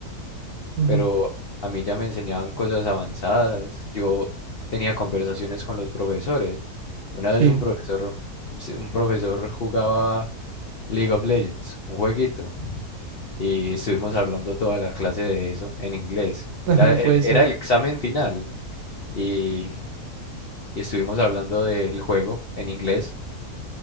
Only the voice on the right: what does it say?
Ujú,
Sí,
<laughs>
no
puede ser.